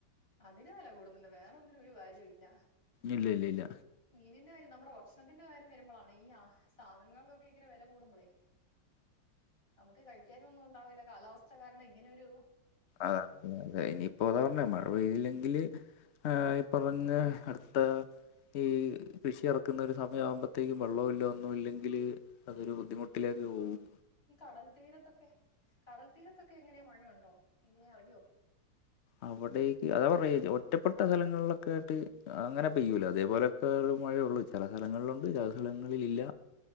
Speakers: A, on the left; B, on the left.
A: അതിന് വില കൂടുന്നുണ്ട്, വേറെ ഒന്നിനും ഒരു വാല്യൂ ഇല്ല.
B: ഇല്ല ഇല്ല ഇല്ല
A: മീനിന്റെ കാര്യം നമ്മുടെ ഭക്ഷണത്തിന്റെ കാര്യം വരുമ്പോഴാണ് ഈ ആഹ് സാധനങ്ങൾക്ക് ഒക്കെ ഇങ്ങനെ വില കൂടുമ്പോളേ. നമുക്ക് കഴിക്കാനും ഒന്നും ഉണ്ടാവില്ല, കാലാവസ്ഥ കാരണം ഇങ്ങനൊരു.
B: അതെ, അതെ കഴിഞ്ഞു. ഇപ്പൊ അതാ പറഞ്ഞു മഴ പെയ്തില്ലെങ്കില് ഏഹ് ഈ പറഞ്ഞു അടുത്ത്. ഈ കൃഷി ഇറക്കുന്ന ഒരു സമയം ആകുമ്പോഴത്തേക്കും വെള്ളമില്ല ഒന്നും ഇല്ലെങ്കില്. അതൊരു ബുദ്ധിമുട്ടിലേക്ക് പോവും.
A: ഈ കടൽ തീരത്തൊക്കെ കടൽ തീരത്തൊക്കെ എങ്ങനെയാ മഴയുണ്ടോ, എങ്ങനെയാ അറിയോ?
B: അവിടേക്ക് അതാ പറഞ്ഞു ഈ ഒറ്റപ്പെട്ട സ്ഥലങ്ങളിലൊക്കെ ആയിട്ട് അങ്ങനെ പെയ്യൂല, അതേപോലെ. ഇപ്പോ ഏതായാലും മഴയുള്ളൂ ചില സ്ഥലങ്ങളിലുണ്ട് ചില സ്ഥലങ്ങളില്ല.